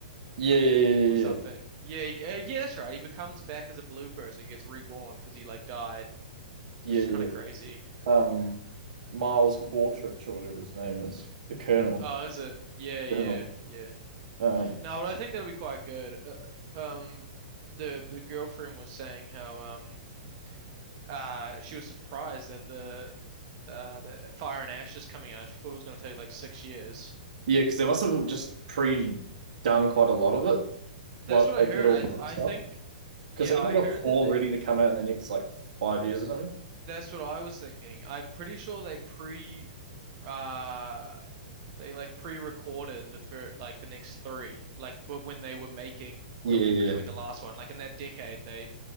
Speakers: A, on the right; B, on the right.
A: Yeah, yeah, yeah, yeah,
B: or something.
A: yeah, yeah.
B: Yeah, he, uh, yeah, that's right. He becomes back as a blue person, gets reborn because he like died,
A: yeah.
B: which is
A: yeah.
B: kind of crazy.
A: um Miles Quartrich or whatever his name is, the Colonel.
B: Oh, is it? Yeah, yeah,
A: Colonel.
B: yeah.
A: Um,
B: No, but I think that'll be quite good. Uh, uh, um, the the girlfriend was saying how um uh she was surprised that the uh the Fire and Ash is coming out. She thought it was going to take like six years.
A: yeah, because they must have just pre-done quite a lot of it
B: That's
A: whilst
B: what
A: they
B: I heard.
A: did all
B: I
A: the
B: th
A: other
B: I
A: stuff.
B: think
A: Because
B: yeah,
A: haven't
B: I
A: they got
B: heard
A: four
B: that they
A: ready to come out in the next like five years or something?
B: That's what I was thinking. I'm pretty sure they pre uh they like pre-recorded the fir like the next three like but when they were making
A: Yeah,
B: the
A: yeah.
B: between the last one like in that decade they